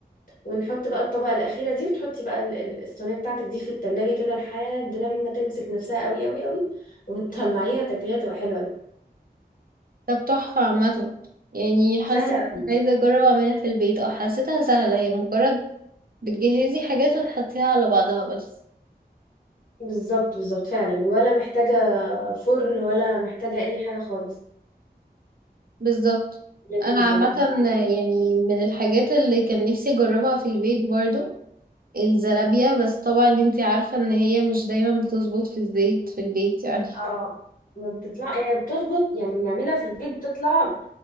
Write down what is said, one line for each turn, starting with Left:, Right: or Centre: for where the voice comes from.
Left: ونحط بقى الطبقة الأخيرة دي وتحطي بقى ال- ال- الصينية بتاعتك دي في التلاجة كده لحد لما تمسك نفسها قوي قوي قوي وتطلعيها تاكليها تبقى حلوة قوي
Right: طب تحفة عامة يعني حاسة
Left: سهلة قوي
Right: إني عايزة أجرب أعملها في البيت اه حسيتها سهلة هي مجرد بتجهزي حاجات وتحطيها على بعضها بس
Left: بالظبط بالظبط فعلا ولا محتاجة فرن ولا محتاجة أي حاجة خالص
Right: بالظبط
Left: لذيذة
Right: أنا عامة
Left: يعني
Right: يعني من الحاجات اللي كان نفسي أجربها في البيت برضو الزلابية بس طبعا انتي عارفة إن هي مش دايما بتظبط في الزيت في البيت يعني <laughs>
Left: اه ما بتطلع يعني بتظبط يعني بنعملها في البيت بتطلع